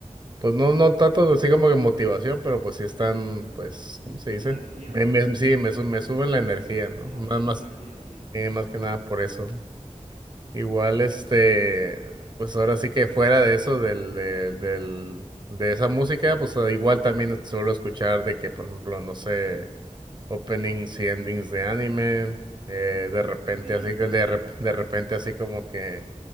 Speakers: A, on the right; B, on the right.
A: pues no, no tanto así como que motivación, pero pues sí están, pues, ¿cómo se
B: Como
A: dice?
B: energía,
A: Me,
B: ¿no?
A: me- sí, me, su- me suben la energía, ¿no?
B: Le
A: Más,
B: da como
A: más,
B: una energía, sí.
A: eh, más que nada por eso. Igual, este, pues ahora sí que fuera de eso, del, de- del, de esa música, pues eh, igual también suelo escuchar de que, por ejemplo, no sé, openings y endings de anime, eh, de repente
B: Sí,
A: así, que
B: total.
A: de, rep- de repente así como que,